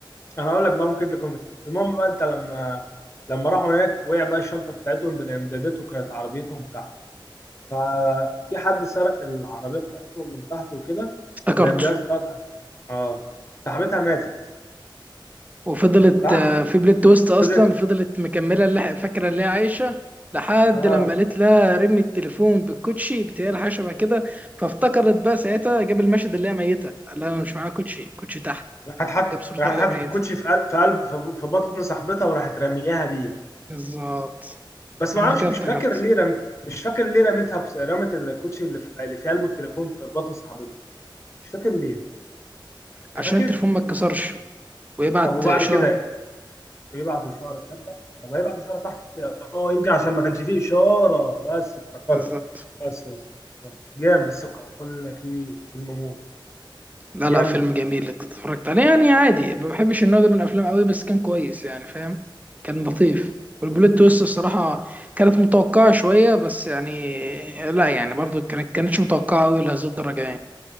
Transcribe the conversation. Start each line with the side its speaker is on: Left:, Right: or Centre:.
Left: انا هقول لك بقى ممكن تكون فين. المهم بقى انت لما لما راحوا هناك وقع بقى الشنطه بتاعتهم بالامدادات وكانت عربيتهم تحت ففي حد سرق العربيه بتاعتهم من تحت وكده
Right: افتكرته
Left: والامدادات اتقطعت اه صاحبتها ماتت
Right: وفضلت
Left: صح
Right: آه، في بلوت تويست اصلا
Left: فضلت
Right: فضلت مكمله اللي فاكره اللي هي عايشه لحد
Left: اه
Right: لما قالت لها رمي التليفون بالكوتشي بتهيألي حاجه شبه كده فافتكرت بقى ساعتها جاب المشهد اللي هي ميته قال لها انا مش معايا كوتشي كوتشي تحت
Left: راحت حط
Right: جاب صورتها
Left: راحت
Right: اللي
Left: حطت
Right: هي ميته
Left: الكوتشي في قل- في قلب في في بطن صاحبتها وراحت رمياها بيه
Right: بالظبط
Left: بس ما
Right: انا
Left: اعرفش
Right: كده
Left: مش
Right: افتكرت
Left: فاكر ليه رم... مش فاكر ليه رميتها بس... رمت الكوتشي اللي في... اللي في قلبه التليفون في بطن صاحبتها مش فاكر ليه
Right: عشان
Left: انت فاكر
Right: التليفون ما اتكسرش ويبعت
Left: طب وبعد
Right: اشاره
Left: كده يبعت اشاره تصدق طب هيبعت اشاره تحت اه يمكن عشان ما كانش فيه اشاره بس افتكرت
Right: بالظبط
Left: بس بس افتكرت. جامد بس اقول لك ايه فيلم موت
Right: لا
Left: جامد
Right: لا فيلم جميل انت اتفرجت عليه يعني عادي ما بحبش النوع ده من الافلام قوي بس كان كويس يعني فاهم كان لطيف والبلوت تويست الصراحه كانت متوقعه شويه بس يعني لا يعني برضو كانت كانتش متوقعه قوي لهذه الدرجه يعني